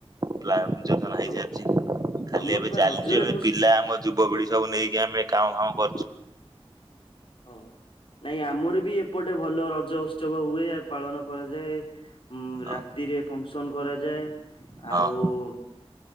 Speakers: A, on the right (about 40°); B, on the left (about 60°).
A: ପ୍ଳାନ ଯୋଜନା ହେଇସାରିଚି
B: ଆଉ
A: ଖାଲି
B: ତମର
A: ଏବେ
B: ପା
A: ଚାଲିଚି
B: ରଜରେ
A: ଏବେ
B: ମୁଁ
A: ପିଲା
B: ଶୁ
A: ଆମର ଯୁବପିଢି ସବୁ ନେଇକି ଆମେ କାମ ଫାମ କରୁଚୁ।
B: ଓ ନାଇଁ ଆମର ବି ଏପଟେ ଭଲ ରଜ ଉତ୍ସବ ହୁଏ ଆଉ ପାଳନ କରାଯାଏ। ଉଁ ରାତିରେ
A: ହଁ।
B: ଫଙ୍କସନ୍ କରାଯାଏ ଆଉ
A: ହଁ।
B: ଉଁ